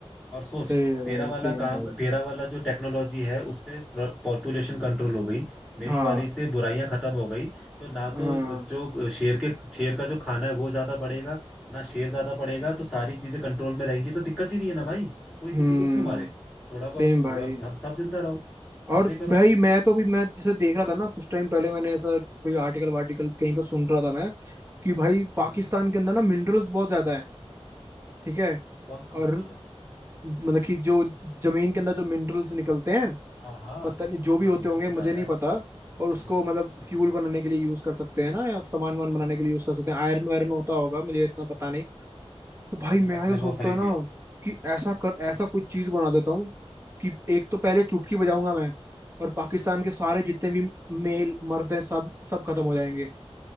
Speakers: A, in the centre; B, on the right.
A: और सोच
B: सही है
A: तेरा
B: भाई
A: वाला
B: सेम
A: काम
B: भाई
A: तेरा वाला जो टेक्नोलॉजी है उससे पॉपुलेशन कंट्रोल हो गई मेरी
B: हाँ
A: वाली से बुराइयां खत्म हो गई तो ना
B: हाँ
A: तो जो शेर के शेर का जो खाना है वो ज्यादा पड़ेगा ना शेर ज्यादा पड़ेगा तो सारी चीजें कंट्रोल में रहेंगी तो दिक्कत ही नहीं है ना भाई कोई
B: हम्म
A: किसी को क्यों मारे थोड़ा बहुत
B: सेम भाई
A: थोड़ा सब सब जिंदा रहो मजे
B: और
A: करो
B: भाई मैं तो भी मैं जैसे देख रहा था ना कुछ टाइम पहले मैंने ऐसा कोई आर्टिकल वार्टिकल कहीं तो सुन रहा था मैं कि भाई पाकिस्तान
A: हाँ
B: के अंदर ना मिनरल्स बहुत ज्यादा है ठीक है
A: कौन सा
B: और
A: मिनरल है
B: मतलब कि जो जमीन के अंदर जो मिनरल्स निकलते हैं
A: हाँ हाँ
B: पता नहीं जो भी
A: हाँ
B: होते
A: वो
B: होंगे
A: तो पता
B: मुझे
A: है
B: नहीं पता
A: हाँ
B: और उसको
A: हाँ
B: मतलब
A: हाँ
B: फ्यूल
A: हाँ।
B: बनाने के लिए यूज कर सकते हैं ना या सामान वान बनाने के लिए यूज कर सकते हैं आयरन वायरन होता होगा मुझे इतना पता नहीं तो भाई
A: तूने
B: मैं
A: सपने
B: ऐसा
A: में
B: सोचता
A: वो खरीद
B: है ना
A: लिया
B: कि ऐसा कर ऐसा
A: हम्म
B: कुछ चीज बना देता हूँ कि एक तो पहले चुटकी बजाऊंगा मैं और पाकिस्तान के सारे
A: हम्म।
B: जितने भी मेल मर्द हैं सब सब खत्म हो जाएंगे